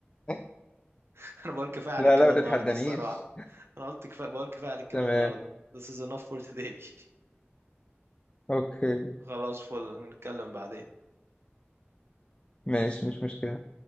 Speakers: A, on the left (about 25°); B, on the right (about 70°).
A: <laughs>
B: <laughs> انا بقول كفايه عليك
A: لا
B: كده
A: لا ما تتحدانيش
B: النهارده الصراحه انا قلت كفايه بقول كفايه عليك كده
A: تمام
B: النهارده This is enough for today <laughs>
A: اوكي
B: خلاص فل نتكلم بعدين
A: ماشي مش مشكلة